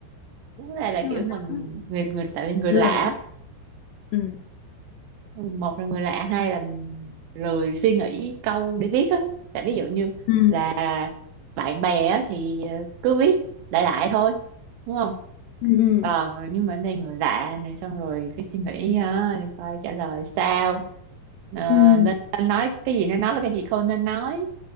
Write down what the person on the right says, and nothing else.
vấn đề là
kiểu
mình
người người tại vì người
lạ
một là người lạ hai là lười suy nghĩ câu để viết á tại ví dụ như
là bạn bè á thì ờ, cứ viết đại đại thôi đúng không
còn nhưng mà ở đây người lạ này xong rồi cái suy nghĩ á, coi trả lời sao Ờ,
nên nên nói cái gì nên nói và cái gì không nên nói